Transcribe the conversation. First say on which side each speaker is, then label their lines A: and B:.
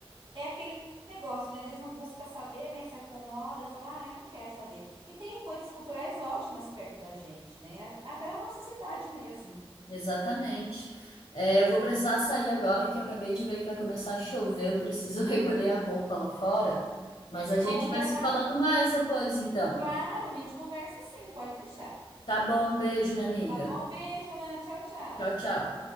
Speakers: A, on the right; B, on the left.
A: É aquele negócio, né? Às vezes não busca saber, né? Se acomoda, fala, ah, eu não quero saber. E tem coisas culturais ótimas perto da gente, né? Até a nossa cidade mesmo.
B: Exatamente. É, eu vou precisar sair agora que eu acabei de ver que vai começar a chover. Eu preciso <laughs> recolher a roupa lá fora. Mas a gente
A: Bom,
B: vai
A: vai
B: se
A: lá.
B: falando mais depois, então.
A: Claro, a gente conversa sim, pode deixar.
B: Tá bom, beijo, minha amiga.
A: Tá bom? Beijo, Alan. Tchau, tchau.
B: Tchau, tchau.